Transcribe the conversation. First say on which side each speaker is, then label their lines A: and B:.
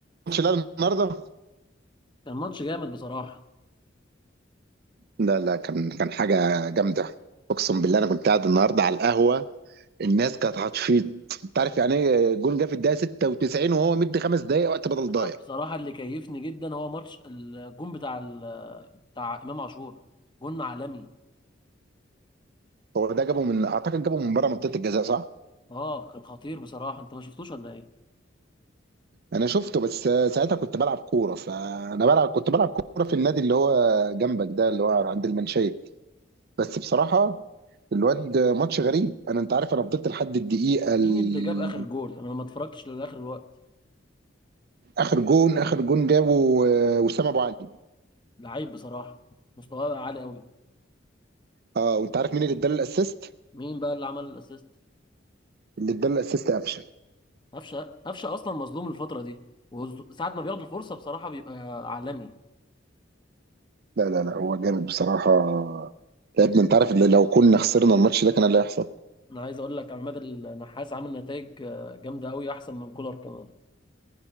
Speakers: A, on the right; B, on the left.
A: ماتش الاهلي النهارده
B: كان ماتش جامد بصراحة
A: لا لا كان كان حاجة جامدة أقسم بالله أنا كنت قاعد النهاردة على القهوة الناس كانت هتفيض أنت عارف يعني إيه جون جه في الدقيقة 96 وهو مدي خمس دقايق وقت بدل
B: أنا
A: ضايع
B: بصراحة اللي كيفني جدا هو ماتش الجون بتاع ال... بتاع إمام عاشور جون عالمي
A: هو ده جابه من أعتقد جابه من بره منطقة الجزاء صح؟
B: اه كان خطير بصراحة أنت ما شفتوش ولا إيه؟
A: أنا شفته بس ساعتها كنت بلعب كورة فأنا بلعب كنت بلعب كورة في النادي اللي هو جنبك ده اللي هو عند المنشية بس بصراحة الواد ماتش غريب أنا أنت عارف أنا فضلت لحد الدقيقة
B: مين
A: ال...
B: اللي جاب آخر جول؟ أنا ما اتفرجتش لآخر الوقت
A: آخر جون آخر جون جابه آه، وسام أبو علي
B: لعيب بصراحة مستواه عالي أوي
A: اه وانت عارف مين اللي اداله الاسيست؟
B: مين بقى اللي عمل الأسيست؟
A: اللي اداله الاسيست قفشه
B: قفشة قفشة أصلا مظلوم الفترة دي وساعة ما بياخد الفرصة بصراحة بيبقى عالمي
A: لا لا لا هو جامد بصراحه يا ابني انت عارف اللي لو كنا خسرنا الماتش ده كان اللي هيحصل
B: أنا عايز أقول لك عماد النحاس عامل نتائج جامدة أوي أحسن من كولر كمان